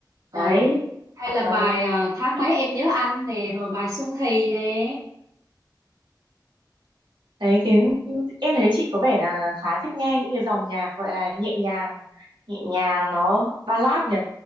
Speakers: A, on the right; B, on the right.
A: ờ.
B: đấy
A: hay là
B: à,
A: bài ờ, tháng
B: em
A: mấy em nhớ anh nè rồi bài Xuân Thì nè
B: thấy cái em thấy chị có vẻ là khá thích nghe những cái dòng nhạc gọi là nhẹ nhàng nhẹ nhàng nó ballad nhỉ